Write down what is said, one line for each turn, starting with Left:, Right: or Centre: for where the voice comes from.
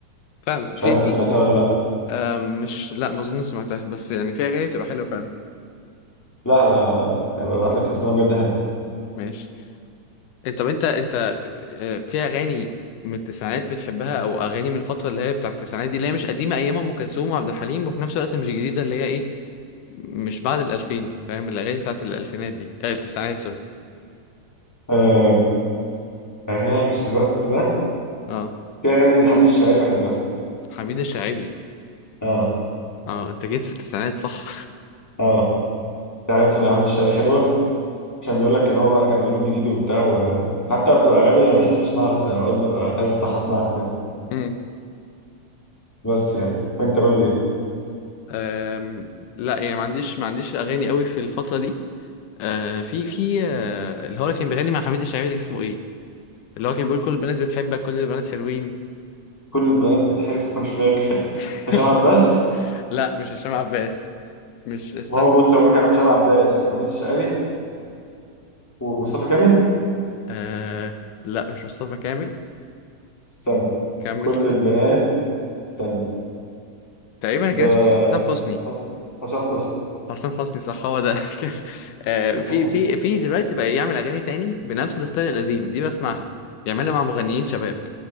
Left: فعلا
Centre: مش
Left: في
Centre: عارف انت
Left: في
Centre: سمعتها ولا لا
Left: آه مش لا ما اظن سمعتها بس يعني في اغاني بتبقى حلوه فعلا
Centre: لا هبقى هبقى ابعت لك اسمها بجد حلو
Left: ماشي إيه، طب انت انت آه، في اغاني من التسعينات بتحبها او اغاني من الفتره اللي هي بتاعت التسعينات دي اللي هي مش قديمه ايام ام كلثوم وعبد الحليم وفي نفس الوقت مش جديده اللي هي ايه مش بعد الالفين فاهم الاغاني بتاعت الالفينات دي آه التسعينات سوري
Centre: آه، اغاني في الوقت ده
Left: اه
Centre: في اغاني لحميد الشاعري بحبها
Left: حميد الشاعبي
Centre: اه
Left: اه انت جيت في التسعينات صح
Centre: اه في حاجات لحميد الشاعري حلوه عشان بيقول لك كان هو بقى كان لون جديد وبتاع وحتى بتبقى اغاني ما حدش بيسمعها بس اوقات ببقى عايز افتحها اسمعها كده
Left: <laughs> امم
Centre: بس يعني وانت قول لي إيه؟
Left: آم، لا يعني ما عنديش ما عنديش اغاني قوي في الفتره دي آه في في آه اللي هو اللي كان بيغني مع حميد الشاعبي ده اسمه ايه اللي هو كان بيقول كل البنات بتحبك كل البنات حلوين
Centre: كل البنات بتحب <laughs> مش فاكر
Left: <laughs>
Centre: هشام عباس
Left: لا مش هشام عباس مش استنى
Centre: ما هو بص هما كانوا هشام عباس وحميد الشاعري ومصطفى كامل
Left: آه لا مش مصطفى كامل
Centre: استنى
Left: كمل
Centre: كل
Left: كده
Centre: البنات استنى
Left: تقريبا
Centre: ده
Left: كان اسمه حسام حسني
Centre: حس- حسام حسني
Left: حسام حسني صح هو ده <laughs> كان آه
Centre: <laughs>
Left: في في في دلوقتي بقى يعمل اغاني تاني بنفس الستايل القديم دي بسمعها بيعملها مع مغنيين شباب